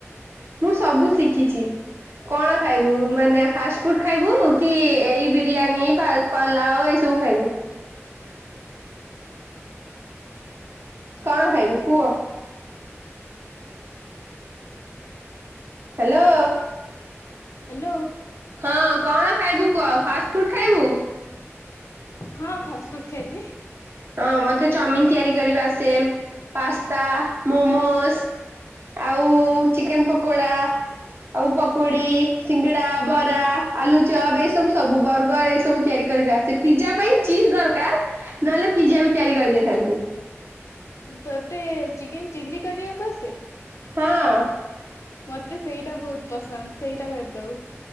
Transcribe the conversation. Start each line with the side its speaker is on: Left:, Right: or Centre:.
Right: ମୁଁ ସବୁ ଶିଖିଛି। କଣ ଖାଇବୁ ମାନେ ଫାଷ୍ଟ ଫୁଡ ଖାଇବୁ କି ଏଇ ବିରିୟାନୀ ବା ପଲାଉ ଏଇ ସବୁ ଖାଇବୁ? କଣ ଖାଇବୁ କୁହ? ହ୍ୟାଲୋ।
Left: ହ୍ୟାଲୋ।
Right: ହଁ କଣ ଖାଇବୁ କୁହ ଫାଷ୍ଟ ଫୁଡ ଖାଇବୁ?
Left: ହଁ ଫାଷ୍ଟଫୁଡ ଖାଇବି।
Right: ହଁ ମତେ ଚାଉମିିନ ତିଆରି କରିବା ଆସେ ପାସ୍ତା ମୋମୋସ୍ ଆଉ ଚିକେନ ପକୋଡା। ଆଉ ପକୋଡି ସିଙ୍ଗଡା ବରା ଆଲୁ ଚପ୍ ଏ ସବୁ ସବୁ ବର୍ଗର ଏ ସବୁ ତିଆରି କରିବା ଆ ସେ ପିଜା ପାଇଁ ଚିଜ ଦରକାର ନହେଲେ ପିଜା ବି ତିଆରି କରିଦେଇଥାନ୍ତି।
Left: ତତେ ଚିକେନ ଚିଲ୍ଲି କରିବାକୁ ଆସେ?
Right: ହଁ।
Left: ମତେ ସେଇଟା ବହୁତ ପସନ୍ଦ ସେଇଟା କରିଦଉ।